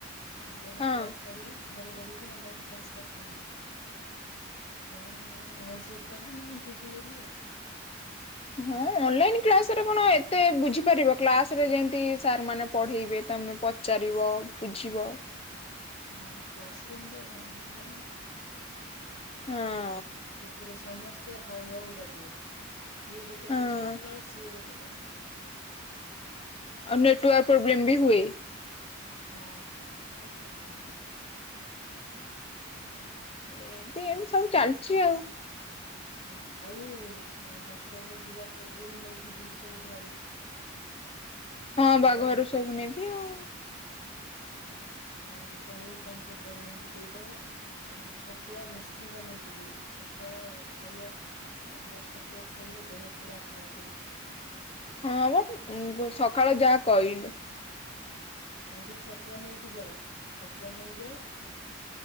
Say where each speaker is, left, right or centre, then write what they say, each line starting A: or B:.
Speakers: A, on the left (about 50°); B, on the left (about 30°).
A: ଅନଲାଇନ
B: ହଁ
A: କ୍ଲାସ କରିବି। ଘରେ ରହିକି ଅନଲାଇନ୍ କ୍ଲାସ କରିଥାନ ପୁଣି ନାଇଁ ମାଇଣ୍ଡ ସେଟ କଲି ନାଇଁ ଯିବି ବୋଲି ଆଉ।
B: ହଁ ଅନଲାଇନ୍ କ୍ଲାସରେ କଣ ଏତେ ବୁଝିପାରିବ କ୍ଲାସ ରେ ଯେମତି ସାର୍ ମାନେ ପଢେଇବେ ତମେ ପ ପଚାରିବ ବୁଝିବ?
A: ହଁ କ୍ଲାସରୁୁମରେ ଭଲ ନା।
B: ହଁ।
A: ଏଥିରେ ସମସ୍ତେ ହାଉ ହାଉ ବାଜିବେ। ଇଏ ଗୋଟେ
B: ହଁ
A: ପ୍ରଶ୍ନ କଲା ବେଳେକୁ ସିଏ ଗୋଟେ କରୁଥିବ?
B: ହଁ। ଆଉ ନେଟୱାର୍କ ପ୍ରୋବ୍ଲେମ୍ ବି ହୁଏ।
A: ହଁ ସେଇଟା ତ ମେନ୍।
B: ଏନ୍ତି ଏମିତି ସବୁ ଚାଲିଛି ଆଉ।
A: ହୁଁ ଆଉ ହଷ୍ଟେଲ ଯିବା ପୂର୍ବରୁ ନେଇକି ଯିବୁ ସବୁ ଘରୁ। କଣ
B: ହଁ
A: ଖାଇବା
B: ବା ଘରୁ
A: ଜିନିଷ?
B: ସବୁ ନେବି ଆଉ।
A: ହୁଁ ମାଙ୍କୁୁ କହିବୁ କଣ ସବୁ ବନେଇକି ଦେଇଦବ? କାରଣ ଛତୁଆ ନିଶ୍ଚିନ୍ତ ନେଇକି ଯିବୁ ସକାଳ ଖାଇବା ବାହାର ଖାଦ୍ୟ ଖାଇଲେ ଦେହ ପୁରା ଖରାପ ହଉଛି।
B: ହଁ ବା ଉଁ, ଯୋଉ ସକାଳ ଯା କଇଲୁ।
A: ମୁଁ ବି ଛତୁଆ ନେଇକି ଯାଏ, ଛତୁଆ ନେଇଯାଏ।